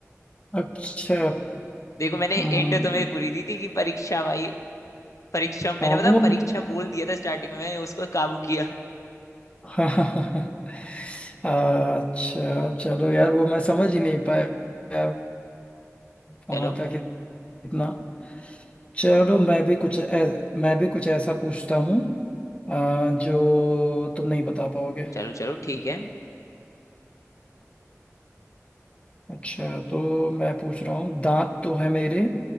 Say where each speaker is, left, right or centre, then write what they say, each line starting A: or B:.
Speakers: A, on the left; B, on the left.
A: अच्छा
B: देखो मैंने
A: हम्म,
B: हिंट तुम्हें पूरी दी थी कि परीक्षा भाई परीक्षा मैंने
A: हाँ
B: बताऊं
A: वो
B: परीक्षा बोल दिया था स्टार्टिंग में मैंने उसको काबू किया
A: <laughs> हाँ, अच्छा चलो यार वो मैं समझ ही नहीं पाया वहां
B: चलो
A: तक इतना चलो मैं भी कुछ ऐ- मैं भी कुछ ऐसा पूछता हूँ अ, जो तुम नहीं बता पाओगे
B: चलो चलो ठीक है
A: अच्छा तो मैं पूछ रहा हूँ दांत तो है मेरे